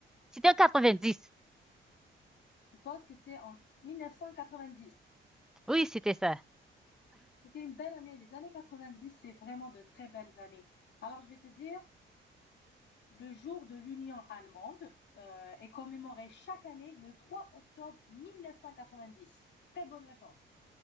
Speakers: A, in the centre; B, on the left.
A: C'était en 90.
B: Je pense que c'est en 1990.
A: Oui, c'était ça.
B: C'était une belle année. Les années 90, c'est vraiment de très belles années. Alors, je vais te dire, le jour de l'Union allemande euh, est commémoré chaque année le 3 octobre 1990. Très bonne réponse.